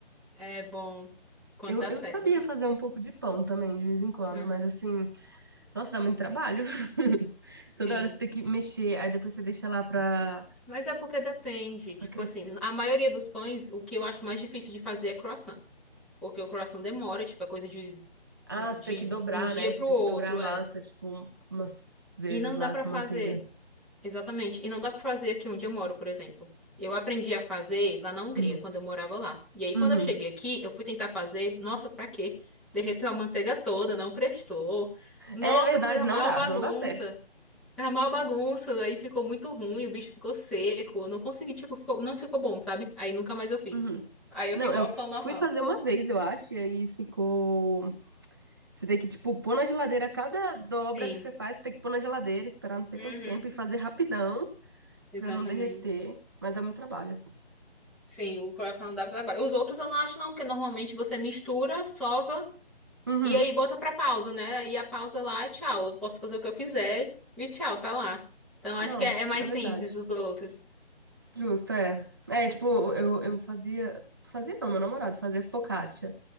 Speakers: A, in the centre; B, on the right.
A: É bom quando
B: Eu,
A: dá
B: eu
A: certo.
B: sabia fazer um pouco de pão também, de vez em quando,
A: Uhum.
B: mas assim, nossa, dá muito trabalho. <laughs>
A: Sim.
B: Toda hora você tem que mexer, aí depois você deixa lá pra,
A: Mas é porque depende.
B: pra
A: Tipo
B: crescer.
A: assim, a maioria dos pães, o que eu acho mais difícil de fazer é croissant. Porque o croissant demora, tipo, é coisa de,
B: Ah, você
A: de
B: tem que dobrar,
A: um dia
B: né? Você
A: pro
B: tem
A: outro,
B: que dobrar a massa,
A: é.
B: tipo, umas vezes
A: E não
B: lá
A: dá pra
B: com
A: fazer.
B: manteiga.
A: Exatamente. E não dá pra fazer aqui onde eu moro, por exemplo. Eu aprendi a fazer lá na Hungria,
B: Hum.
A: quando eu morava lá. E aí, quando
B: Uhum.
A: eu cheguei aqui, eu fui tentar fazer. Nossa, pra quê? Derreteu a manteiga toda, não prestou. Nossa,
B: É verdade,
A: fez a
B: não
A: maior
B: dá,
A: bagunça.
B: não dá certo.
A: Fez a maior bagunça, aí ficou muito ruim, o bicho ficou seco. Eu não consegui, tipo, ficou, não ficou bom, sabe? Aí nunca mais eu fiz.
B: Uhum.
A: Aí eu
B: Não,
A: fiz só
B: eu
A: o pão normal.
B: fui fazer uma vez, eu acho, e aí ficou. Você tem que, tipo, pôr na geladeira cada dobra
A: Sim.
B: que você faz, você tem que pôr na geladeira, esperar não sei
A: Uhum.
B: quanto tempo e fazer rapidão
A: Exatamente.
B: pra não derreter, mas dá muito trabalho.
A: Sim, o croissant dá pra trabalho. Os outros eu não acho não, porque normalmente você mistura, sova
B: Uhum.
A: e aí bota pra pausa, né? E a pausa lá é tchau. Eu posso fazer o que eu quiser e tchau, tá lá. Então acho
B: Não,
A: que é, é mais
B: é verdade.
A: simples os outros.
B: Justo, é. É, tipo, eu, eu fazia. Fazia não, meu namorado fazia focaccia.